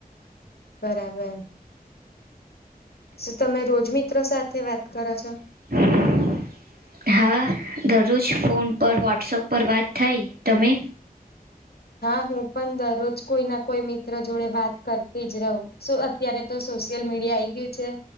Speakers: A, on the left (about 85°); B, on the right (about 75°).
A: બરાબર શું તમે રોજ મિત્રો સાથે વાત કરો છો
B: હ હા દરરોજ ફોન પર વોટ્સઅપ પર વાત થાય તમે
A: હા હું પણ દરરોજ કોઈ ના કોઈ મિત્ર જોડે વાત કરતી જ રહું અત્યારે તો સોશિયલ મીડિયા આઈ ગયું છે